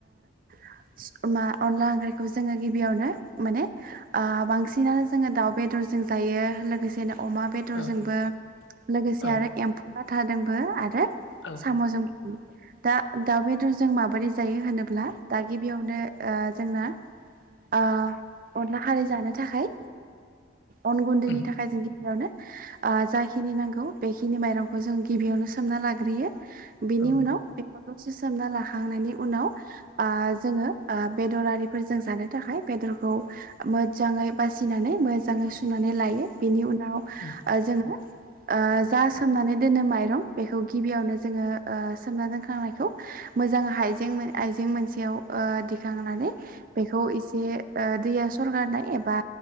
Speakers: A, on the right; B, on the left.
A: <unintelligible> मा अनला ओंख्रिखौ जोङो गिबियावनो माने ओ बांसिनानो जोङो दाउ बेद रजों जायो लोगोसे नो अमा बेदरजोंबो
B: औ
A: लोगोसे
B: औ
A: आरो एम्फौ लाथाजोंबो आरो
B: औ
A: साम जों दा दाउ बेदर जों माबोरै जायो होनोब्ला दा गिबियावनो ओ जोंना ओ अनला खारै जानो थाखाय अन गुन्दैनि
B: उम
A: थाखाय जों गियावनो ओ जाखिनि नांगौ बेखिनि माइरंखौ जों गिबियावनो सोमना लाग्रोयो बिनि
B: औ
A: उनाव
B: नोंथां
A: बेखौ द से सोमना लाखांनायनि उनाव जोङो बेदरारिफोरजों जानो थाखाय बेदर खौ मोजाङै बासिनानै मोजाङै सु नानै लायो बिनि उनाव
B: उम
A: जोङो ओ जा सोमनानै दोनो माइरं बेखौ गिबियावनो जोङो ओ सोमना दोनखांनायखौ मोजां हाइजें आइजें मोनसेयाव दिखांनानै बेखौ एसे ओ दैया सरगारनाय एबा